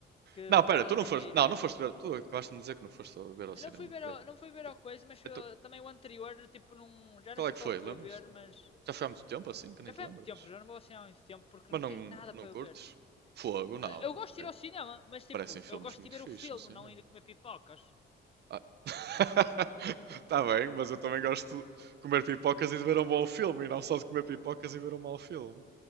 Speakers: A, on the left (about 30°); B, on the right (about 55°).
A: que
B: Não, pera,
A: perda
B: tu não
A: de
B: foste.
A: dinheiro
B: Não,
A: mesmo.
B: não foste ver. Tu acabaste de me dizer que não foste ver ao
A: Eu
B: cinema,
A: não fui ver
B: creio.
A: ao, não fui ver
B: Então,
A: ao coisa, mas ah,
B: então,
A: também o anterior, tipo, num, já
B: qual
A: não sei
B: é que
A: qual
B: foi?
A: que
B: Lembras?
A: foi ver, mas
B: Já foi há muito tempo assim que nem
A: já
B: te
A: foi
B: lembras.
A: há muito tempo, já não vou ao cinema há muito tempo porque
B: Mas
A: não
B: não,
A: tem nada
B: não
A: para
B: curtes?
A: eu ver.
B: Fogo, não.
A: Ah, Eu gosto de
B: Eh,
A: ir ao cinema, mas tipo,
B: Parecem filmes
A: eu gosto
B: muito
A: de ver
B: fixes
A: o filme,
B: no cinema.
A: não ir comer pipocas.
B: Ah. <laughs> Tá bem, mas eu também gosto de comer pipocas e de ver um bom filme, e não só de comer pipocas e ver um mau filme.